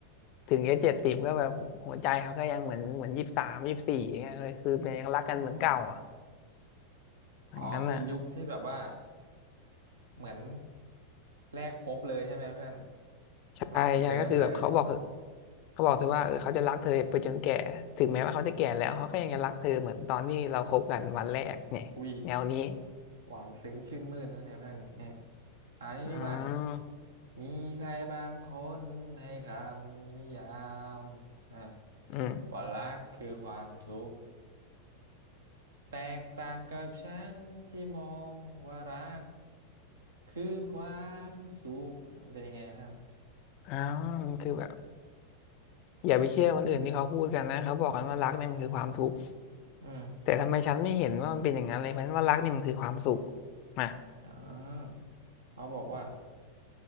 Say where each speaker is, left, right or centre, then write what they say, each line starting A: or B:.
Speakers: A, on the left (about 40°); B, on the right (about 70°).
A: ถึงแค่เจ็ดสิบก็แบบหัวใจเขาก็ยังเหมือนเหมือนยี่สิบสามยี่สิบสี่เงี้ยเลยคือเป็นยังรักกันเหมือนเก่าอ่ะ
B: อ๋อ
A: อย่างนั้นอ่ะ
B: อ๋อคือยุคที่แบบว่าเหมือนแรกพบเลยใช่ไหมเพื่อน
A: ใช่ใช่ก็คือแบบเขาบอก
B: รักเหมือนเดิมเลย
A: เขาบอกเธอว่าเออเขาจะรักเธอไปจนแก่ถึงแม้ว่าเขาจะแก่แล้วเขาก็ยังจะรักเธอเหมือนตอนที่เราคบกันวันแรกเนี่ยแนวนี้
B: อืมอุ้ยหวานซึ้งชื่นมื่นนะเนี่ยเพื่อนเนี่ยอันนี้ดีกว่าเนี่ย
A: อ๋อ
B: มีใครบางคนให้คำนิยามอ่ะ
A: อืม
B: ว่ารักคือความทุกข์แตกต่างกับฉันที่มองว่ารักคือความสุขเป็นยังไงท่าน
A: อ๋อคือแบบอย่าไปเชื่อคนอื่นที่เขาพูดกันนะเขาบอกกันว่ารักเนี่ยมันคือความทุกข์
B: อืม
A: แต่ทำไมฉันไม่เห็นว่ามันเป็นอย่างนั้นเลยเพราะฉะนั้นว่ารักเนี่ยมันคือความสุขมา
B: อ๋อเขาบอกว่า